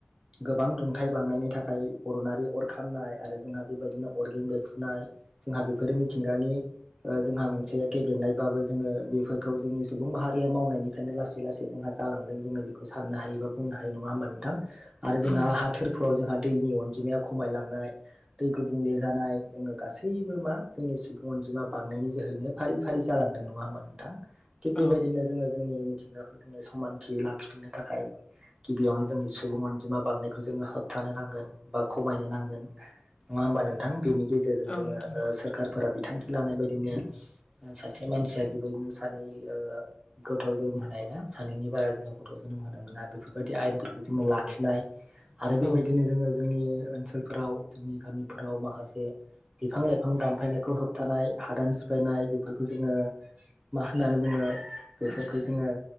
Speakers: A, on the right; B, on the left.
A: गोबां दुंथाय बांनायनि था खाय अर'नारि अर खामनाय आरो जोंहा बेबायदिनो अरगें बेरफुनाय जोंहा बेफोरो मिथिंगानि ओ जोंहा मोनसे गेब्रेंनायबाबो जोङो बेफोरखौ जोंनि सुबुं माहारिया मावनायनिफ्रायनो लासै लासै जोंहा जालांदों जोङो बेखौ साननो हायो बा बुंनो हायो नङा होनबा नोंथां आरो जोंहा
B: उम
A: हा थोरफोआव जोंहा दैनि अनजिमाया खमायलांनाय दै गुबुंले जानाय जोङो गासैबो मा जोंनि सुबुं अन जिमा बांनायनि जोहैनो फारि फारि जालांदों नङा होमबा नोंथां। थिग बेबायदिनो
B: औ
A: जोङो जोंनि मिथिंगाखौ जोङो समानथियै लाखि खिनो थाखाय गिबियावनो जोंनि सुबुं अनजिमा बांनायखौ जोङो होबथानो नांगोन बा खमायनो नांगोन। गोन नङा होनबा नोंथां बे गेजेरजों
B: औ
A: जोङो
B: नोंथां
A: सोरखारफोरा बिथांखि लानाय बायदिनो सासे मानसिया बेबायदिनो सानै ओ गथ' जोनोम होनाय ना सानैनि बारा जोंहा गथ' जोनोम होनो मोना बेफोरबायदि आयेनफोरखौ जोङो लाखिनाय आरो बेबायदिनो
B: औ
A: जोङो जोंनि ओनसोलफोराव जोंनि गामिफोराव माखासे बिफां लाइफां दानफायनायखौ होबथानाय हादान सिफायनाय बेफोरखौ जोङो मा होननानै बुङो? बेफोरखौ जोङो